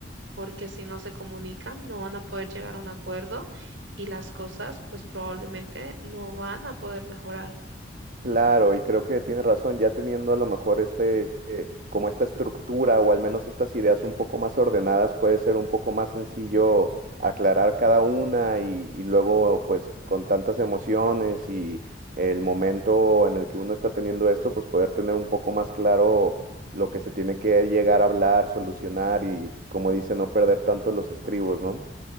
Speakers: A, on the right; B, on the right.
A: porque si no se comunican no van a poder llegar a un acuerdo y las cosas pues probablemente no van a poder mejorar.
B: Claro, y creo que tiene razón, ya teniendo a lo mejor este, eh, como esta estructura o al menos estas ideas un poco más ordenadas, puede ser un poco más sencillo aclarar cada una y, y luego pues con tantas emociones y el momento en el que uno está teniendo esto, pues poder tener un poco más claro lo que se tiene que llegar a hablar, solucionar y como dice, no perder tanto los estribos, ¿no?